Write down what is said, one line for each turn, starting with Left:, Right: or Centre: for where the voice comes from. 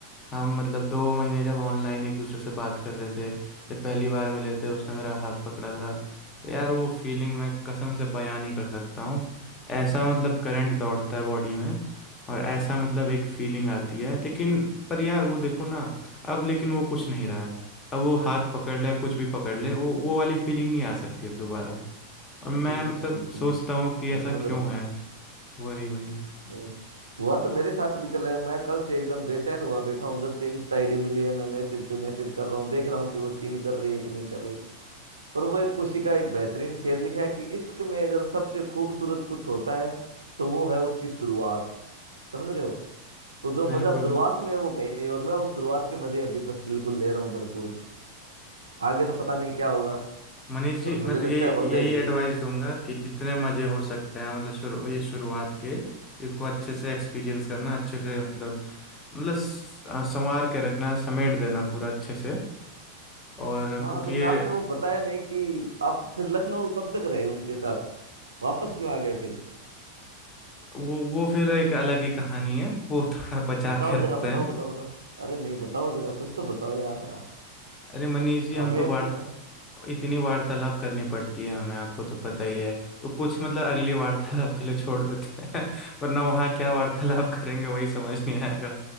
Left: हम मतलब दो महीने जब ऑनलाइन एक दूसरे से बात कर रहे थे जब पहली बार मिले थे उसने मेरा हाथ पकड़ा था तो यार वो फीलिंग मैं कसम से बयां नहीं कर सकता हूँ ऐसा मतलब करंट दौड़ता है बॉडी में और ऐसा मतलब एक फीलिंग आती है लेकिन पर यार वो देखो ना अब लेकिन वो कुछ नहीं रहा है अब वो हाथ पकड़ ले कुछ भी पकड़ ले वो वो वाली फीलिंग नहीं आ सकती अब दोबारा और मैं
Right: बिल्कुल
Left: मतलब
Right: बिल्कुल
Left: सोचता हूँ कि
Right: मैं
Left: ऐसा
Right: समझ
Left: क्यों
Right: रहा हूँ
Left: है वही वही
Right: नहीं, हुआ तो मेरे साथ भी कल है मैं कल से एकदम बेचैन हुआ बैठा हूँ जब से इंस्टा आईडी मिली है मैं मैसेज पे मैसेज कर रहा हूँ देख रहा हूँ कि वो सीन कर रही है कि नहीं कर रही पर वो एक खुशी का एक बेहतरीन शेर लिखा है कि इश्क में अगर सबसे खूबसूरत कुछ होता है तो वो है उसकी शुरुआत समझ रहे हो तो जो
Left: बिल्कुल
Right: मजा शुरुआत में है वो कहीं नहीं और मैं उस शुरुआत के मजे अभी बस बिल्कुल ले रहा हूँ भरपूर आगे तो पता नहीं क्या होगा
Left: मनीष जी
Right: पर मुझे
Left: मैं तो
Right: लगता
Left: यही
Right: है हो
Left: यही
Right: जाएगी
Left: एडवाइस दूंगा कि जितने मजे हो सकते हैं मतलब शुरू ये शुरुआत के इसको अच्छे से एक्सपीरियंस करना अच्छे से मतलब मतलब स- संवार के रखना समेट देना पूरा अच्छे से और
Right: हाँ
Left: क्योंकि
Right: लेकिन
Left: ये
Right: आपने वो बताया नहीं कि आप फिर लखनऊ कब तक रहे उनके साथ वापस क्यों आ गए फिर
Left: वो वो फिर एक अलग ही कहानी है वो <laughs> थोड़ा बचा
Right: बताओ
Left: के
Right: जरा
Left: रखते
Right: बताओ
Left: हैं
Right: बताओ बताओ अरे नहीं बताओ जरा कुछ तो बताओ यार
Left: अरे मनीष जी हम
Right: हमें
Left: तो वार
Right: खुद
Left: इतनी वार्तालाप करनी पड़ती है हमें आपको तो पता ही है तो कुछ मतलब अगली वार्तालाप के लिए छोड़ देते हैं <laughs> वरना वहाँ क्या वार्तालाप करेंगे वही समझ नहीं आएगा